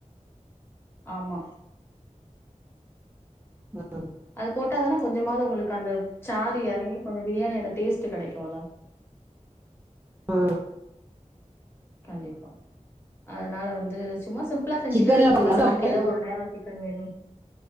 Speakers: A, on the left; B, on the right.
A: ஆமா
B: <inaudible>
A: அது போட்டாதான கொஞ்சமாது உங்குளுக்கு அந்த சாறு எறங்கி கொஞ்சோ பிரியாணி அந்த டேஸ்ட் கெடைக்குல
B: அ
A: கண்டிப்பா அதுனால வந்து சும்மா சிம்பிளா செஞ்சிக்கிறது
B: சிக்கன்ல போடுவீங்களா
A: பசங்களுக்கு
B: மட்டன்
A: எதோ ஒரு நேரோ சிக்கன் வேணு